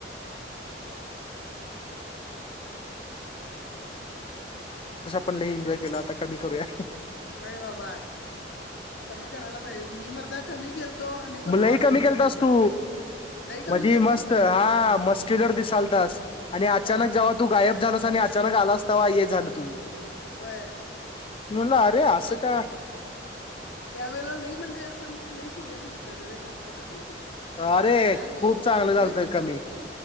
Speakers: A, on the left; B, on the left.
A: बर-बर-बर कर-कर.
B: पण लई एन्जॉय केला आता कमी करूया.
A: व्हय बाबा कमी करायला पाहिजे. मी मरदा कमी केलतो आणि परत
B: म लई
A: वाढवून
B: कमी केलतास
A: ठेवलोय खोळ्या
B: तू,
A: लई कमी
B: मधी
A: केलतो
B: मस्त
A: खोळ्या मी
B: हा मस्क्युलर दिसालतास आणि अचानक
A: व्हय
B: जेव्हा तू गायब झालास आणि अचानक आलास तवा हे झालं तुझं
A: व्हय
B: मी म्हणल अरे असं का?
A: त्यावेळेला लई म्हणजे असं मी लई सिरियस घेतलेलं रे झालतं कमी ते नइ
B: अरे
A: आता काय
B: खूप
A: हुईनाच
B: चांगलं झालतं कमी.